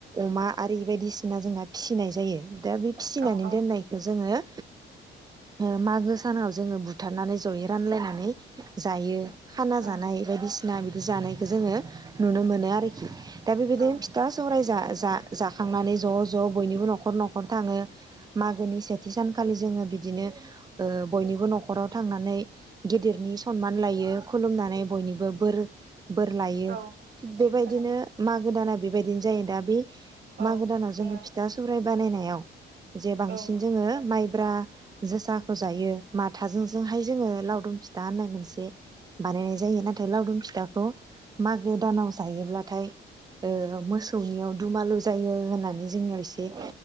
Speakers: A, on the right (about 20°); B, on the right (about 55°).
A: अमा आरि बायदिसिना जोंना फिसिनाय जायो दा बे, फिसिनानै
B: औ औ
A: दोननायखौ जोङो ओ मागो सानाव जोङो बुथारनानै जयै रानलायनानै जायो। खाना
B: औ
A: जानाय बायदिसिना बि जानायखो जोंङो नुनो मोनो आरोखि। दा बेबायदिनो
B: औ
A: फिथा सौराय जा जा जाखांनानै ज' ज' बयनिबो न'खर न'खर थाङो। मागोनि सेथि सानखालि जोङो बिदिनो ओ बयनिबो न'खराव थांनानै गिदिरनि खनमान लायो खुलुमनानै बयनिबो बोर बोर लायो
B: औ
A: थिग
B: से
A: बेबायदिनो
B: सानाव
A: मागो दाना बेबायदिनो जायो दा बे, मागो
B: औ
A: दाना
B: जोंना
A: जोङो फिथा सौराय बानायनायाव जे बांसिन
B: औ
A: जोङो माइ, ब्रा जोसाखौ जायो माथाजों जोंहाय लावदुम फिथाहोननाय मोनसे बानायनाय जायो, नाथाय लावदुम फिथाखौ मागो दानाव जायोब्लाथाय ओ मोसौनियाव दुमालु जायो होननानै जोंनियाव इसे
B: औ